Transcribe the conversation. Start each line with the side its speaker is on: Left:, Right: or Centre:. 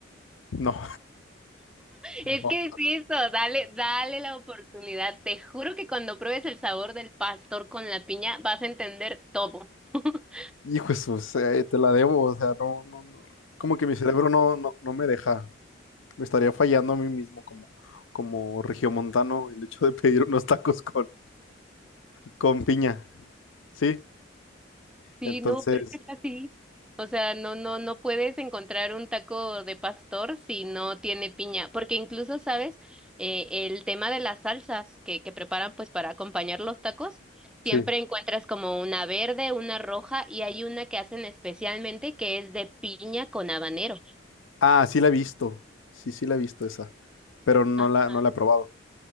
Left: No,
Centre: Es
Left: <laughs> no.
Centre: que es eso, dale, dale la oportunidad. Te juro que cuando pruebes el sabor del pastor con la piña, vas a entender todo. <laughs>
Left: Hijo, de o sea, eh, te la debo, o sea, no, no, no, como que mi cerebro no, no, no me deja, me estaría fallando a mí mismo como, como regiomontano el hecho de pedir unos tacos con, con piña, ¿sí?
Centre: Sí,
Left: Entonces,
Centre: no, pero es que es así. O sea, no, no, no puedes encontrar un taco de pastor si no tiene piña, porque incluso, ¿sabes? Eh, el tema de las salsas que, que preparan pues para acompañar los tacos, siempre
Left: sí.
Centre: encuentras como una verde, una roja y hay una que hacen especialmente que es de piña con habanero.
Left: Ah, sí la he visto, sí, sí la he visto esa, pero no
Centre: Ajá.
Left: la, no la he probado,